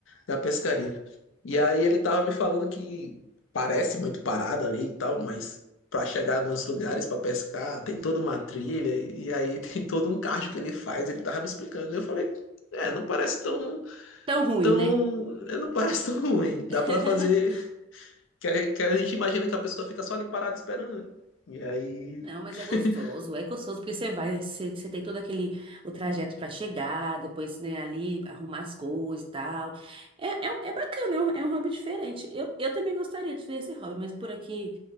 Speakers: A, on the left; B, on the right.
A: da pescaria. E aí ele tava me falando que parece muito parado ali e tal, mas pra chegar nos lugares pra pescar, tem toda uma trilha, e aí <laughs> tem todo um cardio que ele faz, ele tava me explicando. Eu falei, é, não parece tão
B: Tão ruim,
A: tão.
B: né?
A: né, Não parece tão ruim. Dá
B: <laughs>
A: pra fazer. Que a, que a gente imagina que a pessoa fica só ali parada esperando, né? E aí.
B: Não, mas
A: <laughs>
B: é gostoso, é gostoso porque você vai, você, você tem todo aquele o trajeto pra chegar, depois, né, ali arrumar as coisas e tal. É, é, um- é bacana, é um, é um hobby diferente. Eu, eu também gostaria de fazer esse hobby, mas por aqui